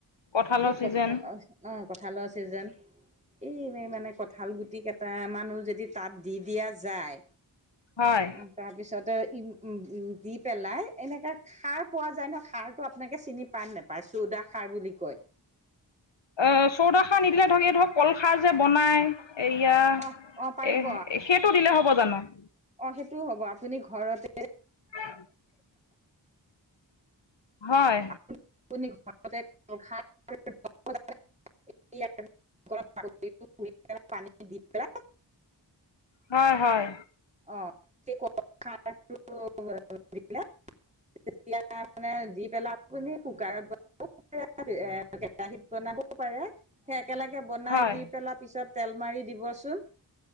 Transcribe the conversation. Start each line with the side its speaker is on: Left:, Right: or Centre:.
Left: কঁঠালৰ
Right: ই
Left: ছিজন
Right: কঠা অঁ, কঠালৰ ছিজন এই মানে কঁঠাল গুটি কেটা মানু যদি তাত দি দিয়া যায়।
Left: হয়
Right: অ তাৰ পিছতে ই উম দি পেলাই এনেকা, খাৰ পোৱা যায় ন সাৰটো আপোনালোকে চিনি পাই নোপায় চৌদা খৰ বুলি কয়,
Left: এ চৌদা খাৰ নিদিলে ধৰক এই ধৰক কলখাৰ যে বনায়, এইয়া
Right: অ অ পাৰিব
Left: এহ সেইটো দিলে হ'ব জানো।
Right: অঁ, সেইটোও হ'ব আপুনি ঘৰতে
Left: <unintelligible> হয়।
Right: আপোনি ঘৰতে কল খাৰ <unintelligible> <unintelligible> পানী দি পেলায়।
Left: হয় হয়।
Right: অঁ কল খাৰ টো দি পেনে, <unintelligible> <unintelligible> তেতিয়া মানে দি পেলা আপুনি কুকাৰত বনাও পাৰে এ কেৰাহীত বনাবও পাৰে সে একেলেগে বনাই
Left: হয়
Right: দি পেলা পিছত তেল মাৰি দিবচোন।